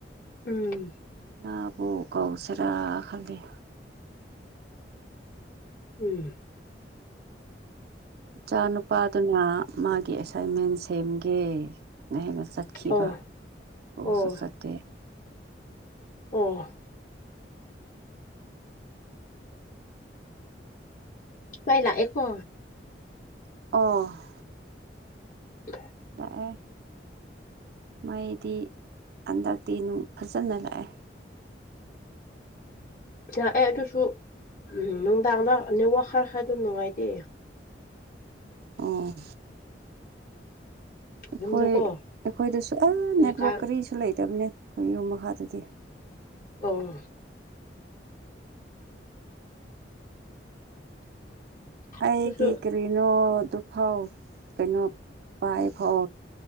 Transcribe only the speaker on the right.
ꯅꯥꯕꯣꯛ ꯀꯥꯎꯁꯔꯥ ꯈꯜꯗꯤꯦ
ꯏꯆꯥ ꯅꯨꯄꯥꯗꯨꯅ ꯃꯥꯒꯤ ꯑꯦꯁꯥꯏꯟꯃꯦꯟ ꯁꯦꯝꯒꯦ ꯅ ꯍꯦꯩꯅ ꯆꯠꯈꯤꯕ
ꯎꯁꯨ
ꯆꯠꯇꯦ
ꯑ
ꯂꯥꯛꯑꯦ ꯃꯩꯗꯤ ꯍꯟꯗꯛꯇꯤ ꯅꯨꯡ ꯐꯖꯅ ꯂꯥꯛꯑꯦ
ꯑꯣ ꯑꯩꯈꯣꯏ
ꯑꯩꯈꯣꯏꯗꯁꯨ ꯑ
ꯅꯦꯠꯋꯥꯛ ꯀꯔꯤꯁꯨ ꯂꯩꯇꯕꯅꯦ ꯑꯩꯈꯣꯏ ꯌꯨꯝ ꯃꯈꯥꯗꯗꯤ
ꯑꯩꯒꯤ
ꯀꯔꯤꯅꯣ ꯑꯗꯨꯐꯥꯎ ꯀꯩꯅꯣ ꯄꯥꯏꯐꯥꯎ